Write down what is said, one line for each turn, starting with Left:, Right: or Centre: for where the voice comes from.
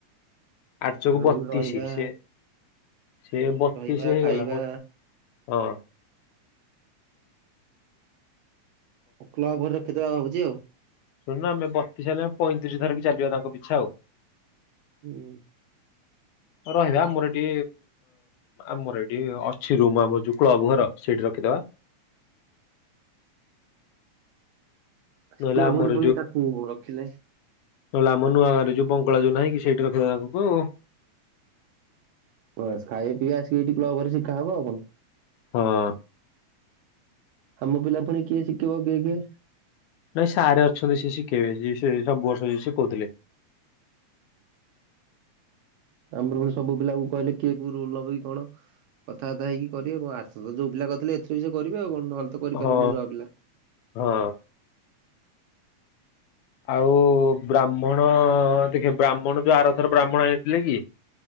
Left: ଆଠଶ
Right: ତାଙ୍କର
Left: କୁ ବତିଶ
Right: ପୁଣି ରହିବା
Left: ସେି ସେ ବତିଶ
Right: ରହିବା
Left: ହେଇଗଲା
Right: ଖାଇବା
Left: ବ ହଁ
Right: କ୍ଲବ୍ ଘରେ ରଖିଦବା ଭାବୁଛି ଆଉ
Left: ଶୁଣୁ ଆମେ ବତିଶ ହେଲେେ ପଁତିରିଶ ଧରିକି ଚାଲିବା ତାଙ୍କ ପିଛା ଆଉ
Right: ହୁଁ
Left: ରହିବା ମୋର ଏଟି ଆମର ଏଠି ଅଛି ରୁମ ଆବ ଯୁକୁଳ ବାବୁ ଘର ସେଇଠି ରଖିଦବା
Right: ସେ
Left: ନହେଲେ
Right: ପୁଆ
Left: ଆମର
Right: କୋଉଠି ପୁଣି ତାକୁ ରଖିଲେ
Left: ନଲେ ଆମ ନୂଆ ଘରେ ବଙ୍ଗଳା ଯୋଉ ନାହିଁ କି ସେଇଠି ରଖିଦବା ତାଙ୍କୁଉ
Right: ବସ୍ ଖାଇବା ପିଇବାସି ଏଇଠି୍ କ୍ଲବ୍ ରେ ଶିଖା ହବ ଆଉ କଣ
Left: ହଁ
Right: ଆମ ପିଲା ପୁଣି କିଏ ଶିଖିବ କିଏ କିଏ
Left: ନାଇଁ ସାରେ ଅଛନ୍ତି ସିଏ ଶିଖେଇବେ ସିଏ ସବୁ ବର୍ଷ ଯିଏ ଶିକହୁଥିଲେ
Right: ଆମର ପୁଣି ସବୁ ପିଲାକୁ କହିଲେ କିଏ କୋଉ ରୋଲ ନବ କି କଣ କଥାବାର୍ତା ହେଇକିିବେ କଣ ଆର୍ଥ ତ ଯୋଉ ପିଲା କରିଥିଲେ ଏରେ ବି ସେ କରିବେ ଆଉ କଣ ନହେଲେ ତ କରିପିବନି
Left: ହଁ।
Right: ନୂଆ ପିଲା
Left: ହଁ ଆଉ ବ୍ରାହ୍ମଣ ଦେଖିବ ବ୍ରାହ୍ମଣ ଯୋଉ ଆରଥର ବ୍ରାହ୍ମଣ ଆଣିଥିଲେ କି